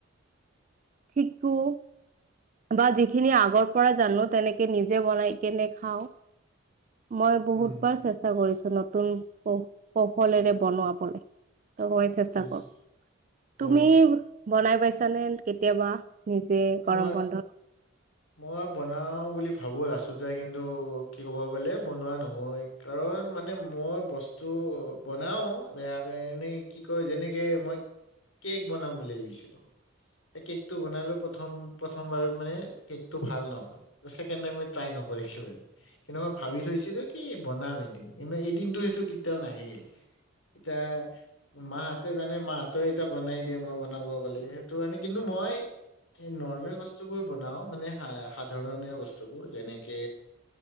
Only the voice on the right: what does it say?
শিকো বা যি খিনি আগৰ পৰা জানো তেনেকে নিজে বনাই কেনে খাওঁ। মই বহুত
বাৰ চেষ্টা কৰিছো নতুন কৌ কৌশলেৰে বনোৱাবলে মই চেষ্টা
কৰো
তুমি বনাই পাইছ ছানে কেতিয়াবা নিজে গৰম
বন্ধত